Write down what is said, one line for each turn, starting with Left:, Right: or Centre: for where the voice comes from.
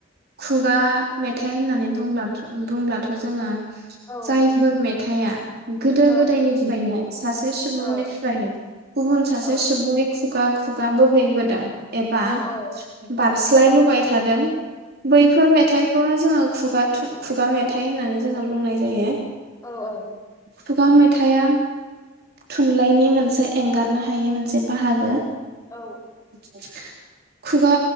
Right: खुगा मेथाइ होननानै बुंब्लाथ' बुंब्लाथ जोङो
Left: औ
Right: जायफोर मेथाइआ गोदो
Left: औ
Right: गोदायनिफ्रायनो सासे सुबुंनिफ्राय
Left: औ
Right: गुबुन सासे
Left: औ
Right: सुबुंनि खुगा खुगाबो गोदान एबा
Left: औ औ
Right: बारस्लायबोबाय थादों बैफोर मेथाइखौनो जोङो खुगा थुन खुगा मेथाइ होननानै जोङो बुंनाय जायो।
Left: औ औ
Right: खुगा मेथाइआ थुनलाइनि मोनसे एंगारनो हायि मोनसे बाहागो
Left: औ
Right: आ खुगा